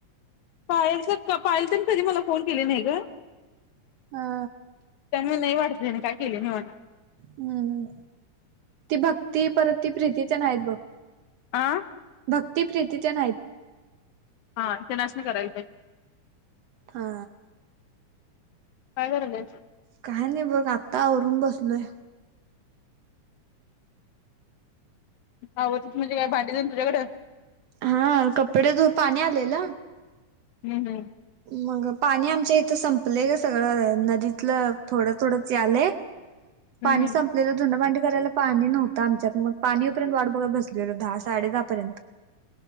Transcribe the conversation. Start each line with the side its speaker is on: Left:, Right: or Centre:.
Left: पायल तर पायल तेन कधी मला फोन केले नइ ग
Right: हा
Left: तेंना नइ वाडत तेनी काय केली नइ वाडत
Right: हम्म. भक्ती ती परत ती प्रीती तेन हाइत बग
Left: आं
Right: भक्ती प्रीती तेन हाइत
Left: हा तेनासनी करायल पाइजे
Right: हा
Left: काय कराल्यास
Right: काय नइ बघ आत्ता आवरून बसलोय
Left: आवरलीस म्हणजे काय भांडी तेन तुझकडं
Right: हा कपडे धुत पाणी आलेल
Left: हम्म हम्
Right: मग पाणी आमच्या इथं संपलंय ग सगळं नदीतलं थोडं थोडंच यालय पाणी
Left: हम्म
Right: संपलेलं धुन भांडी करायला पाणी नव्हतं आमच्यात मग पाणीयेउपरेंत वाट बघत बसलेल धा साडे धहा परेंत